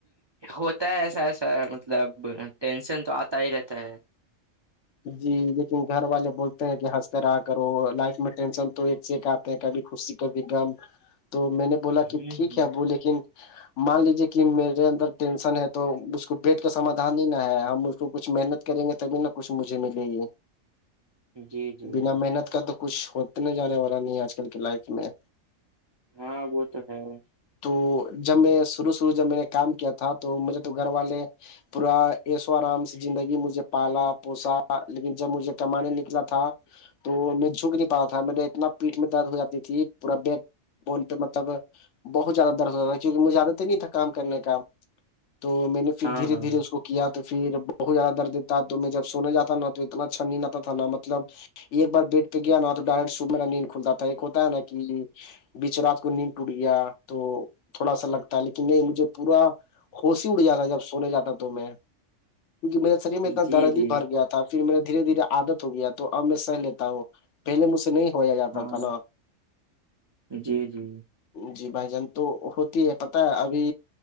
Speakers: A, on the right; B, on the left.
A: ہوتا ہے ایسا ایسا مطلب ٹینشن تو آتا ہی رہتا ہے
B: جی لیکن گھر والے بولتے ہیں کہ ہنستے رہا کرو لائف میں ٹینشن تو ایک چ کا کبھی خوشی کبھی م تو میں نے بولا
A: ہ
B: کہ ٹھیک ہے ابو لیکن مان لیجے کہ میرے اندر ٹینشن ہے تو اس کو بیٹ کا سمادھان ہی نہ ہے ہم اس کو کچھ محنت کریں گے تبھی نہ کچھ مجھے ملے گی
A: ہ جی جی
B: بنا محنت کا تو کچھ سوودنے جانے والا نہیں آج کل کی لائف میں
A: ہاں وہ تو ہے <unintelligible>
B: تو جب میں شروع شروع جب میں نے کام کیا تھا تو مجھے تو گھر والے پورا اییس و آرام سے زندگی مجھے پالا پوسا لیکن جب مجھے کمانے نکلا تھا تو میں جھک نہیں پا تھا میرے اتنا پیٹ میں درد ہو جاتی تھی پورا بیٹ بون پہ مطلب بہت زیادہ درد ہوتا تھا کیونکہ مجھےد تو نہیں تھا کام کرنے کا تو میں نے پھر
A: ہاں
B: دھیرے
A: ہاں
B: دھیرے اس کو کیا تو پھر بہت زیادہ دردتا تو میں جب سونے جاتا نا تو اتنا چھننی نہ تھا نا مطلب ایک بار بیٹ پہ گیا نا تو ڈائرٹ صبح میرا نیند کھلتا تھا ایک ہوتا ہے نا کہ بیچ رات کو نیند ٹوٹ گیا تو تھوڑا سا لگتا ہے لیکن نہیں مجھے پورا ہوسی ہی اٹ جاتا جب سونے جاتا تو میں کیونکہ میرے شریر میں
A: جی
B: اتنا درد
A: جی
B: ہی بھر گیا تھا پھر میرا دھیرے دھیرے عادت ہو گیا تو اب میں سہ لیتا ہوں پہلے مج سے نہیں کھویا جاتا
A: ہاں
B: تھا نا
A: جی جی
B: جی بھائی جان تو ہوتی ہے پت ابھی